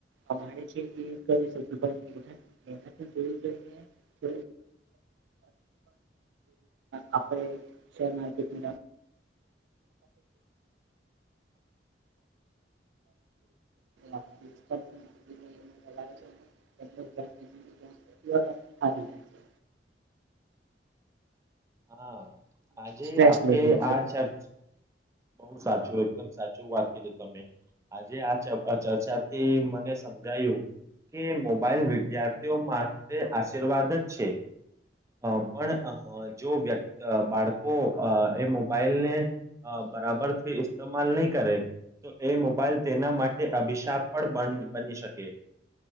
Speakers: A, on the right; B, on the right.
A: અમારે છે એ કરી શકું, પણ એ એનાથી જોઈું જોઈને <inaudible> આપડે શેર માર્કેટ <inaudible> આપણને એમને લગાવે છે અને એમનું એમનું જ્ઞાન હારી જાય છે
B: હા, આજે
A: સ્ટ્રેસ
B: આપડે
A: લઈ લે છે
B: આ ચર્ચ બહુ સાચું, એકદમ સાચું વાત કીધી તમે. આજે આ <unintelligible> ચર્ચાથી મને સમજાયું કે મોબાઈલ વિદ્યાર્થીઓ માટે આશીર્વાદ જ છે. અહ પણ અહ જો વ્યક્ અહ બાળકો અહ એ મોબાઈલને અહ બરાબરથી ઇસ્તેમાલ ની કરે. તો એ મોબાઈલ તેના માટે અભિશાપ પણ બન બની શકે.